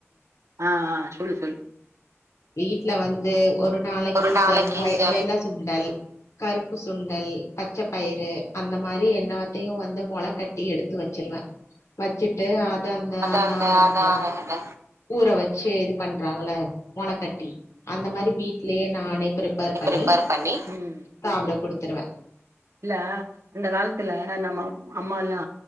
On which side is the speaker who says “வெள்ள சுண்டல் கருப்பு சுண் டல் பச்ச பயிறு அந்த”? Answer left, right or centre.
Left